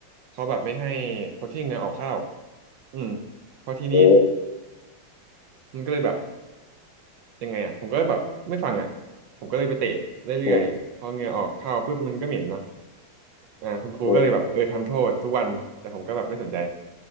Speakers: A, on the right; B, on the left.
A: เขาแบบไม่ให้โค้ชชิ่งเนี่ยออกเข้าอืมพอทีนี้
B: อืม
A: มันก็เลยแบบยังไงอ่ะผมก็แบบไม่ฟังอ่ะผมก็เลยไปเตะเรื่อยๆพอเหงื่อออกเข้าปุ๊บมันก็เหม็นเนาะ
B: อืม
A: อ่าคุณครูก็เลยแบบเออทำโทษทุกวันแต่ผมก็แบบไม่สนใจ
B: อืม